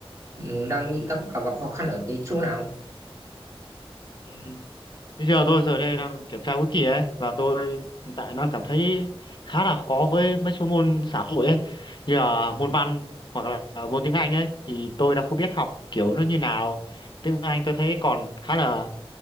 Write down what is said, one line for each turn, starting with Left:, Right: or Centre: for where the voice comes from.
Right: ừ, đang bị gặp gặp gặp khó khăn ở cái chỗ nào?
Left: ừ. Bây giờ tôi giờ đây đang kiểm tra cuối kỳ ấy và tôi hiện tại đang cảm thấy khá là khó với mấy số môn xã hội ấy như là môn văn hoặc là môn tiếng Anh ấy thì tôi đã không biết học kiểu nó như nào. Tiếng Anh tôi thấy còn khá là